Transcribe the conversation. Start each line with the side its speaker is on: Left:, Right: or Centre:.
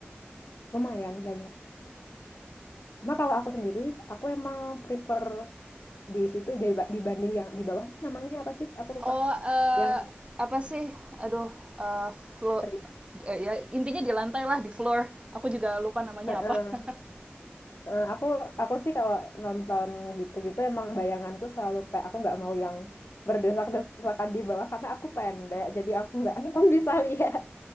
Left: Lumayan banyak. Cuma kalau aku sendiri, aku emang prefer di situ dari- dibanding yang di bawah namanya apa sih? Aku lupa.
Right: Oh, eh,
Left: Yang
Right: apa sih? Aduh, eh, flo-
Left: tri-
Right: Eh, ya intinya di lantai lah di floor aku juga lupa namanya
Left: eh, eh,
Right: apa <laughs>
Left: eh, aku aku sih kalau nonton gitu-gitu emang bayanganku selalu kayak aku nggak mau yang berdesak-desakan di bawah karena aku pendek jadi aku nggak <laughs> akan bisa lihat